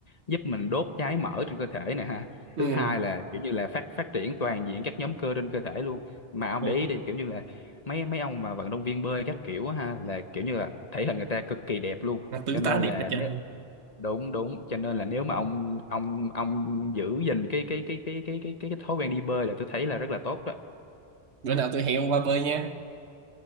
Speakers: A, on the left (about 40°); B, on the right (about 75°).
A: giúp mình đốt cháy mỡ trên cơ thể nè ha
B: Ừ.
A: thứ hai là kiểu như là phát phát triển toàn diện các nhóm cơ trên cơ thể luôn mà ông
B: ừ.
A: để ý đi kiểu như là mấy mấy ông mà vận động viên bơi các kiểu á ha là kiểu như là thể hình người ta cực kỳ đẹp luôn
B: À, tướng
A: cho nên
B: tá đẹp
A: là
B: quá trời.
A: nếu, đúng đúng cho nên là nếu mà ông ông ông giữ gìn cái cái cái cái cái cái cái, cái thói quen đi bơi là tôi thấy là rất là tốt đó
B: Bữa nào tôi hẹn ông qua bơi nha.